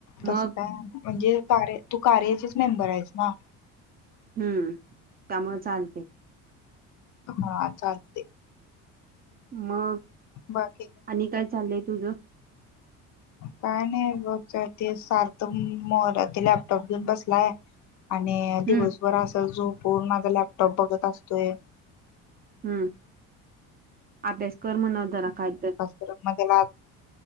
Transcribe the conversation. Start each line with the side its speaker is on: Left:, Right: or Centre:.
Right: मग
Left: तस काय म्हणजे कार्य तू कार्याचेच मेंबर आहेस ना
Right: हम्म त्यामुळे चालते
Left: हा चालते
Right: मग
Left: बाकी
Right: आणि काय चालय तुझं
Left: काय नाही बघ ते सारथ मो लॅपटॉप घेऊन बसलाय आणि दिवसभर
Right: हम्म
Left: असं झोपून माझा लॅपटॉप बघत असतोय
Right: हम्म अभ्यास कर मनव जरा काय तर
Left: तर तर मग त्याला